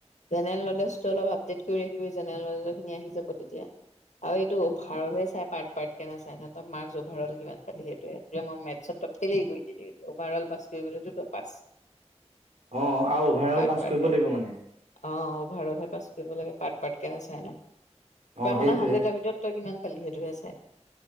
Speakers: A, on the left (about 85°); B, on the right (about 85°).
A: জেনেৰেল নলেজটো অলপ আপডেট কৰি ৰাখিবি জেনেৰেল নলেজৰ খিনি আহি যাব তেতিয়া আৰু ত অভাৰলে চাই পাট পাত কে নাচাই নহ মাৰ্ অভাৰল কিমান পালি ত এতিয়া মই মেথছত তটেলি ফেলেই <unintelligible> গৈ দিল অভাৰ অল পাছ কৰি গ'লেতো ত পাছ
B: অ আৰু অভাৰ
A: পাৰ্ট
B: অল পাছ
A: পাৰ্টকে
B: কৰিব লাগিব মানে
A: অ অভাৰঅলহে পাছ কৰিব লাগে পাট-পাৰ্ট কেনে চাই নাই
B: অ',
A: পা <unintelligible>
B: সেইটোৱে
A: হাড্ৰেডৰ ভিতৰত কিমান সেইটোহে চাই